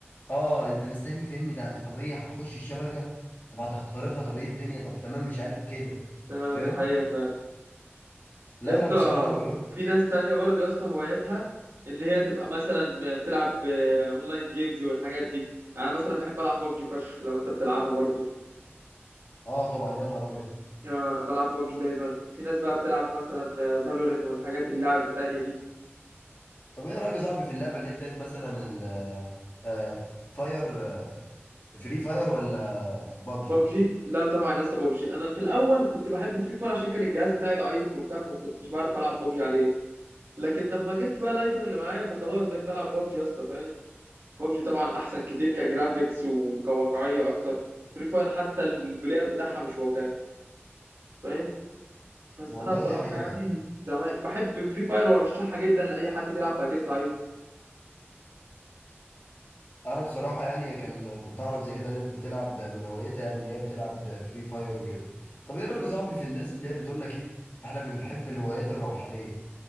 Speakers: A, on the left; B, on the right.
A: اه انت مستني فهمني ده طب ايه هتخش الشبكه طب هتخترقها طب ايه الدنيا طب تمام مش عارف كده
B: آه،
A: فاهم
B: دي حقيقه فعلا
A: لا
B: يا اسطى
A: لا بصراحه انا بحب
B: في ناس تانية برضه يا اسطى هواياتها اللي هي تبقى مثلا بتلعب آه، اونلاين جيمز والحاجات دي يعني أنا مثلا بحب العب ببجي فشخ لو انت بتلعبها برضه
A: اه طبعا يا نهار ابيض
B: آه، انا بلعب ببجي دايما في ناس بقى بتلعب مثلا فالورين والحاجات اللعب التانية دي
A: طب ايه رايك يا صاحبي في اللعبه اللي هي بتاعت مثلا ال آه، فاير آه، فري فاير ولا بابجي
B: ببجي لا طبعا يا اسطى ببجي انا في الاول كنت بحب فري فاير عشان كان الجهاز بتاعي ضعيف وبتاع فما كنتش بعرف العب ببجي عليه لكن لما جبت بقى الايفون اللي معايا فخلاص بقيت بلعب بابجي يا اسطى فاهم بابجي طبعا احسن كتير كجرافيكس وكواقعيه اكتر فري فاير حتى البلاير بتاعها مش واقعي فاهم بس
A: والله
B: انا بصراحه
A: دي حقيقه
B: يعني
A: صعبة
B: <laughs> زمان بحب فري فاير وارشحها جدا لاي حد بيلعب باجهزه ضعيفه
A: انا بصراحه يعني كان كنت اعرف زي كده ناس بتلعب من هوايتها يعني ان هي بتلعب فري فاير وكده طب ايه
B: آه.
A: رايك يا صاحبي في الناس اللي هي بتقول لك ايه احنا بنحب الهوايات الروحانيه